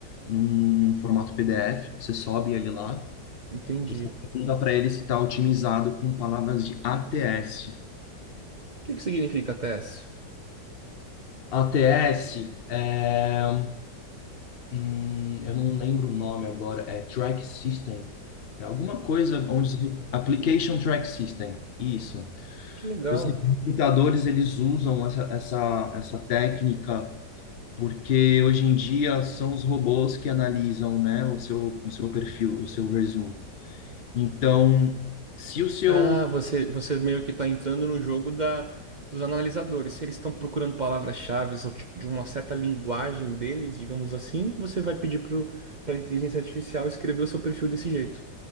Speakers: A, on the left (about 90°); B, on the right (about 60°).
A: num, num formato PDF, você sobe ele lá
B: Entendi.
A: e você pergunta
B: O
A: para ele se está otimizado com palavras de ATS.
B: que que significa TS?
A: ATS é. hum, eu não lembro o nome agora, é Track System. É alguma coisa onde. se- Application Track System. Isso.
B: Que legal.
A: Os recrutadores, eles usam essa, essa, essa técnica porque hoje em dia são os robôs que analisam, né, o seu, o seu perfil, o seu resumo. Então, se o seu...
B: Ah, você, você meio que está entrando no jogo da, dos analisadores. Se eles estão procurando palavras-chave ou ti- de uma certa linguagem deles, digamos assim, você vai pedir para a inteligência artificial escrever o seu perfil desse jeito.